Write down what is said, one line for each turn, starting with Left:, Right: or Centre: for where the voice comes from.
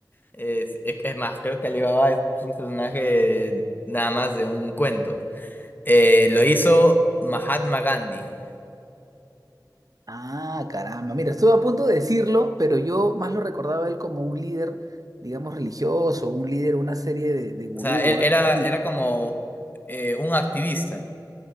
Left: Es, es que es más, creo que Alibaba es un personaje nada más de un cuento. Eh, lo hizo Mahatma Gandhi.
Right: Ah, caramba, mira, estuve a punto de decirlo, pero yo más lo recordaba a él como un líder, digamos, religioso, un líder, una serie de, de gurú
Left: O sea, e-
Right: o algo
Left: era,
Right: así.
Left: era como eh, un activista.